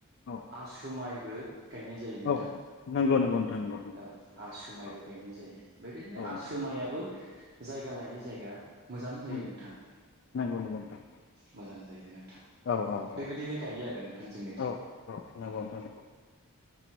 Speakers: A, on the left; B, on the right.
A: औ
B: आसु माइ बो गायनाय जायो नोंथां
A: औ नंगौ नंगौ नोंथां नंगौ
B: औ आसुमायबो।
A: औ
B: गायनाय जायो बेबायदिनो
A: औ नोंथां
B: आसु मायाबो जायगा लायो जायगा मोजां जायो
A: उम
B: नोंथां
A: नंगौ नंगौ नोंथां
B: मोजां बेखायनो
A: औ औ
B: बेबायदिनो
A: औ
B: गायो आरो नोंथां जोंनिथिं।
A: औ औ नंगौ नोंथां नंगौ